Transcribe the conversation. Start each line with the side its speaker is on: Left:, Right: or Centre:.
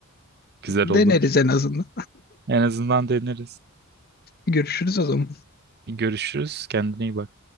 Right: <laughs> Güzel
Left: Deneriz
Right: olur.
Left: en azından.
Right: En azından deneriz.
Left: Görüşürüz o zaman.
Right: Görüşürüz. Kendine iyi bak.